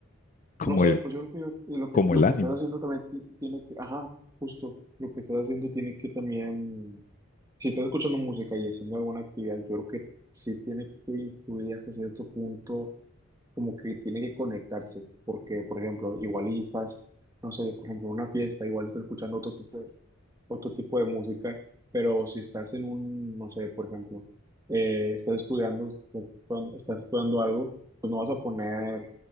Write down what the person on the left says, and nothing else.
como
el,
como
el ánimo.